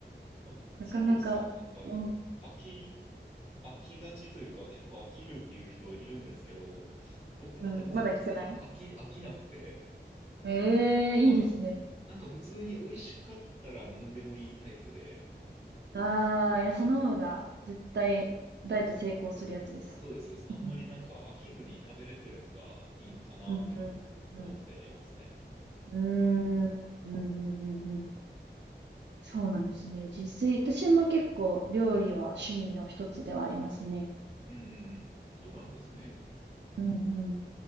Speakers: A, on the right; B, on the right.
A: はい、
B: なかなか、
A: そうっすよね。なんか、
B: うん、
A: 飽き、飽きがちというか、結構飽きるっていう人いるんですけど、僕なんか全然飽き、
B: うん、まだ来てない
A: 飽きなくて、
B: ええいいですね。
A: はい。なんか普通に美味しかったら何でもいいタイプで、
B: ああ、いや、
A: はい。
B: その方が絶対ダイエット成功するやつです。
A: そうです、そうです。
B: <laughs>
A: あんまりなんか飽きずに食べれてるのがいいのかなっていう思ってはいますね。
B: うん、うん、うん、うん。うーん、うん、うん、うんうん。そうなんですね。実際、私も結構料理は趣味の一つではありますね。
A: うんうんうん。そうなんですね。
B: うん、うん。